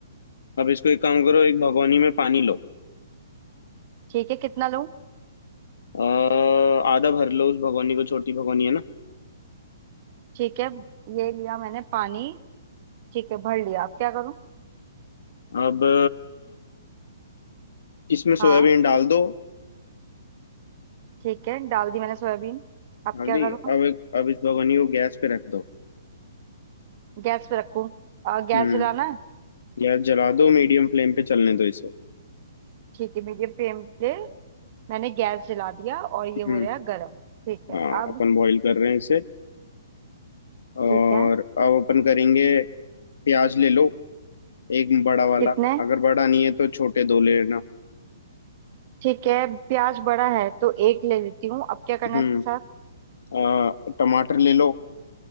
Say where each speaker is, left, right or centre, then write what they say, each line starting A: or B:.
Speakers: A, on the left; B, on the right.
A: अब इसको एक काम करो एक भगोनी में पानी लो
B: ठीक है कितना लूँ
A: अ, आधा भर लो उस भगोनी को छोटी भगोनी है ना
B: ठीक है ये लिया मैंने पानी ठीक है भर लिया अब क्या करूँ
A: अब अ, इसमें
B: हाँ
A: सोयाबीन डाल दो
B: ठीक है डाल दी मैंने सोयाबीन अब
A: हल्दी
B: क्या करूँ
A: अब अब इस भगोनी को गैस पे रख दो
B: गैस पे रखूँ आ, गैस
A: हम्म
B: जलाना है
A: गैस जला दो मीडियम फ्लेम पे चलने दो इसे
B: ठीक है मीडियम फ्लेम पे मैंने गैस जला दिया और ये हो
A: हम्म
B: रहा है गर्म ठीक है
A: हाँ
B: अब
A: अपन बॉईल कर रहे हैं इसे और
B: ठीक है
A: अब अपन करेंगे प्याज ले लो एक बड़ा वाला
B: कितने
A: अगर बड़ा नहीं है तो छोटे दो ले लेना
B: ठीक है प्याज बड़ा है तो एक ले लेती हूँ अब क्या करना
A: हम्म
B: है इसके साथ
A: अ, टमाटर ले लो